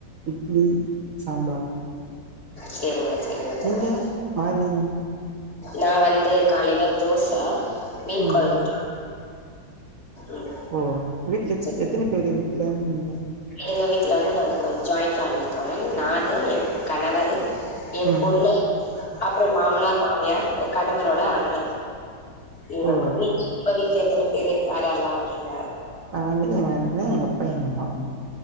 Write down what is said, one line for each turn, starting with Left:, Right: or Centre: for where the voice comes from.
Right: இட்லி சாம்பார்
Left: சேரிங்க சேரிங்க தோழன்
Right: நீங்க மார்னிங்
Left: நா வந்து காலைல தோச மீன்
Right: ம்
Left: கொழம்பு ம்
Right: ஓ வீட்ல எத்
Left: சரி
Right: எத்தினி பேரு வீட்ல நீங்க
Left: எங்க வீட்ல வந்து நாங்க கொஞ் ஜாயிண்ட் ஃபேமிலி தோழன் நானு என் கணவரு எ
Right: ம்
Left: பொண்ணு அப்பறோ மாமனார் மாமியார் கணவரோட அண்ண இவுங்க
Right: ஓ
Left: இருக்கோ <inaudible> உங்க வீட்ல எத்தன பேரு யார் யாரெல்லா இருக்கீங்க
Right: நானு எங்கண்ண எங்கப்பா எங்கம்மா